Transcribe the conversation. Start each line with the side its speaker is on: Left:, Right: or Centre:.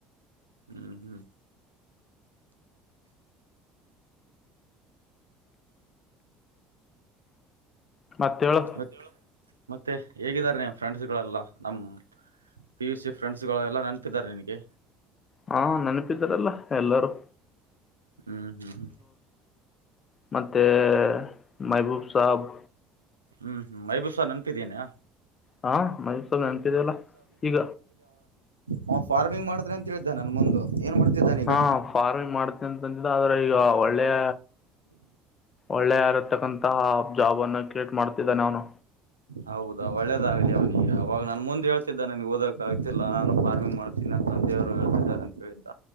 Right: ಹ್ಮ್ ಹ್ಮ್
Left: ಮತ್ ಯೋಳು.
Right: ಮತ್ ಮತ್ತೆ ಹೇಗಿದ್ದಾರೆ ಫ್ರೆಂಡ್ಸ್ ಗಳೆಲ್ಲಾ ನಮ್ಮ್ ಪಿ ಯು ಸಿ ಫ್ರೆಂಡ್ಸ್ ಗಳೆಲ್ಲಾ ನೆನಪಿದಿದ್ದಾರೆ ನಿನಗೆ
Left: ಹಾ ನೆನಪಿದಾರಲ್ಲ ಎಲ್ಲಾರೂ
Right: ಹ್ಮ್ ಹ್ಮ್ ಹ್ಮ
Left: ಮತ್ತು ಮಹಬೂಬ ಸಾಬ್
Right: ಹ್ಮ್ ಹ್ಮ್ ಮೈಬೂರ್ಸ ನೆನ್ಪಿದ್ದೇನಾ
Left: ಹಾ <unintelligible> ನೆನ್ಪಿದಲ್ಲ ಈಗ
Right: ಹ್ ಫಾರ್ಮಿಂಗ್ ಮಾಡತ್ರೆ ಅಂತ ಹೇಳಿದ್ದ ನನ್ ಮುಂದು ಏನ್ ಮಾಡ್ತಿದ್ದಾನ ಈಗ
Left: ಹಾ ಫಾರ್ಮಿಂಗ್ ಮಾಡ್ತ ಅಂತಂತಿದ ಆದ್ರೆ ಈಗ ಒಳ್ಳೆ ಒಳ್ಳೆಯ ಒಳ್ಳೆಯ ಇರತಕ್ಕಂತಥ ಜಾಬ್ ಅನ್ನು ಕ್ರಿಯೇಟ್ ಮಾಡ್ತಿದ್ದನೇ ಅವನು
Right: ಹೌದಾ ಒಳ್ಳೇದಾಗ್ಲಿ ಅವನಿಗೆ ಅವವಾಗ ನಾನನ್ ಮುಂದೆ ಹೇಳ್ತಿದ್ದ ನನ್ಗ್ ಓದಕ ಆಗ್ತಿಲ್ಲಾ ನಾನು ಫಾರ್ಮಿಂಗ್ ಮಾಡ್ತೀನಿ ನನ್ನ ತಂದೆಯವರು ಹೇಳ್ತಿದ್ದಾರೆ ಅಂತ ಹೇಳಿದ್ದ